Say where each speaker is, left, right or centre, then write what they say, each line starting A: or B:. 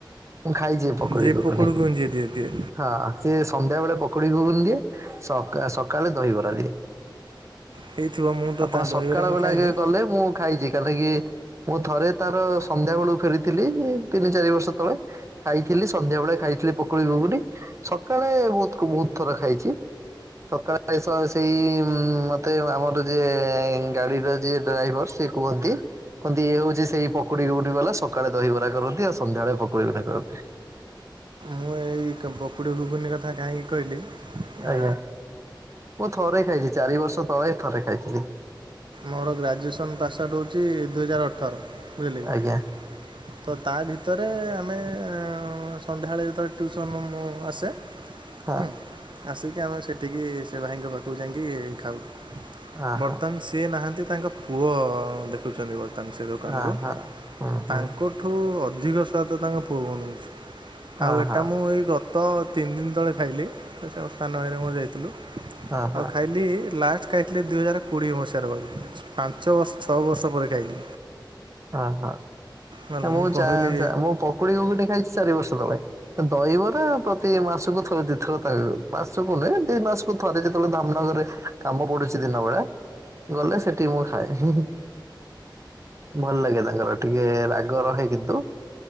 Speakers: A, on the right; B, on the right.
A: ମୁଁ ଖାଇଚି ପକୁଡ଼ି
B: ଯିଏ
A: ଘୁଘୁନି।
B: ଘୁଗୁନି ଯିଏ ଦିଏ ଦିଏ
A: ହଁ ସିଏ ସନ୍ଧ୍ୟା ବେଳେ ପକୁଡ଼ି ଗୁଗୁନି ଦିଏ ସକା ସକାଳେ ଦହିବରା ଦିଏ।
B: ହେଇଥିବ ମୁଁ ତ
A: ଆପଣ
B: ତା ଦହିବରା
A: ସକାଳ
B: ମୁଁ
A: ବେଳାକେ
B: ଖାଇନି
A: ଗଲେ ମୁଁ ଖାଇଚି କାଲିକି ମୁଁ ଥରେ ତାର ସନ୍ଧ୍ୟାବେଳୁ ଫେରିଥିଲି ତିନି ଚାରି ବର୍ଷ ତଳେ। ଖାଇଥିଲି ସନ୍ଧ୍ୟାବେଳେ ଖାଇଥିଲି ପକୁଡ଼ି ଘୁଘୁନି। ସକାଳେ ବହୁ ବହୁତ ଥର ଖାଇଛି। ସକାଳେ ସେଇ ମତେ ଆମର ଯିଏ ଗାଡିର ଯିଏ ଡ୍ରାଇଭର ସେ କୁହନ୍ତି କୁହନ୍ତି ଇଏ ହଉଛି ସେଇ ପକୁଡି ଘୁଘୁନି ବାଲା ସକାଳେ ଦହିବରା କରନ୍ତି ଆଉ ସନ୍ଧ୍ୟାବେଳେ ପକୁଡ଼ି ଘୁଘୁନି କରନ୍ତି।
B: ମୁଁ ଏଇ ପକୁଡ଼ି ଘୁଘୁନି କଥା କାହିଁକି କହିଲି
A: ଆଜ୍ଞା
B: ଆ
A: ମୁଁ ଥରେ ଖାଇଚି, ଚାରି ବର୍ଷ ତଳେ ଥରେ ଖାଇଥିଲି।
B: ମୋର ଗ୍ରାଜୁଏସନ୍ ପାସ୍ଆଉଟ୍ ହଉଛି ଦୁଇହଜାର ଅଠର ବୁଝିଲେ କି।
A: ଆଜ୍ଞା
B: ତ ତା ଭିତରେ ଆମେ ଅଁ ସନ୍ଧ୍ୟାବେଳେ ଯେତେବେଳେ ଟିଉସନରୁ ମୁ ଆସେ
A: ହଁ।
B: ହୁଁ। ଆସିକି ଆମେ ସେଠିକି ସେ ଭାଇଙ୍କ ପାଖକୁ ଜାଇଁକି ଖାଉ।
A: ଅ
B: ବର୍ତ୍ତମାନ
A: ହଁ
B: ସିଏ ନାହାନ୍ତି ତାଙ୍କ ପୁଅ ଦେଖୁଚନ୍ତି ବୋଧେ। ତାଙ୍କ ସେ ଦୋକାନକୁ
A: ଅ ହଁ ହୁଁ ହୁଁ
B: ତାଙ୍କଠୁ ଠୁ ଅଧିକ ସ୍ୱାଦ ତାଙ୍କ ପୁଅ ବନଉଛି ଆଉ
A: ଅ
B: ଏଟା
A: ହଁ।
B: ମୁଁ ଏଇ ଗତ ତ ତିନି ଦିନ ତଳେ ଖାଇଲି ସେ ସାନ ଭାଇର ମୋର ଯାଇଥିଲୁ।
A: ହଁ ହଁ
B: ଆଉ ଖାଇଲି ଲାଷ୍ଟ ଖାଇଥିଲି ଦୁଇହଜାର କୋଡ଼ିଏ ମସିହାରେ ବୋଧେ। ପାଞ୍ଚ ବର୍ଷ ଛଅ ବର୍ଷ ପରେ ଖାଇଲି।
A: ଓହୋ
B: ହେଲା
A: ମୁଁ
B: କହିଲି
A: ଚା ମୁଁ ପକୁଡି ଘୁଘୁନି ଖାଇଛି ଚାରି ବର୍ଷ ତଳେ। ଦହିବରା ପ୍ରତି ମାସକୁ ଥରେ ଦିଥର ତା ମାସକୁ ନୁହେଁ ଦି ମାସ କୁ ଥରେ ଯେତେବେଳେ ଧାମନଗରରେ କାମ ପଡୁଛି ଦିନବେଳା ଗଲେ ସେଠି ମୁଁ ଖାଏ। ହିଁ ହିଁ। ଭଲ ଲାଗେ ତାଙ୍କର ଟିକେ ରାଗ ରହେ କିନ୍ତୁ